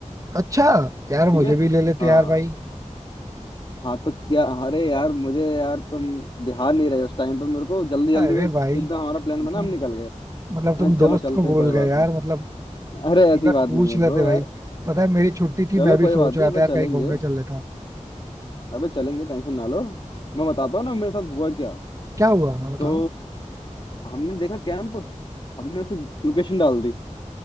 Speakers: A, on the right (about 25°); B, on the left (about 40°).
A: अच्छा यार
B: ठीक
A: मुझे
B: है
A: भी ले लेते
B: हाँ
A: यार भाई
B: हाँ तो क्या अरे यार मुझे यार तुम ध्यान नहीं रहे उस टाइम पे मेरे को जल्दी जल्दी
A: अरे
B: में एकदम
A: भाई
B: हमारा प्लान
A: मतलब
B: बना हम निकल गए
A: मतलब तुम
B: हाँ चलो
A: दोस्त
B: चलते
A: को बोल
B: हैं कोई
A: गए
B: बात
A: यार
B: नहीं
A: मतलब
B: अरे ऐसी
A: एक बार
B: बात
A: पूछ
B: नहीं है
A: लेते
B: ब्रो
A: भाई
B: यार
A: पता है मेरी छुट्टी थी
B: चलो
A: मैं
B: कोई
A: भी सोच
B: बात नहीं
A: रहा
B: अपन
A: था यार
B: चलेंगे
A: कहीं घूमने चल लेता
B: अबे चलेंगे टेंशन ना लो मैं बताता हूँ ना मेरे साथ हुआ क्या
A: क्या हुआ हाँ बताओ
B: तो हमने देखा कैंप हमने उसे लोकेशन डाल दी